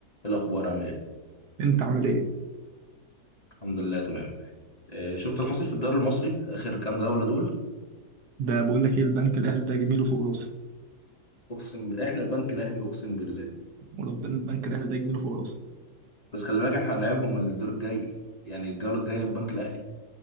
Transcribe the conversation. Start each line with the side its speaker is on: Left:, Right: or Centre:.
Left: ايه الاخبار عامل ايه
Right: انت عامل ايه
Left: الحمد لله تمام آه شفت اللي حصل في الدوري المصري اخر كام جوله دول
Right: ده بقول لك ايه البنك الاهلي ده جميله فوق راسه
Left: اقسم ب... احنا البنك الاهلي اقسم بالله
Right: وربنا البنك الاهلي ده جميله فوق راسه
Left: بس خلي بالك احنا هنلعبهم الدور الجاي يعني الجوله الجايه البنك الاهلي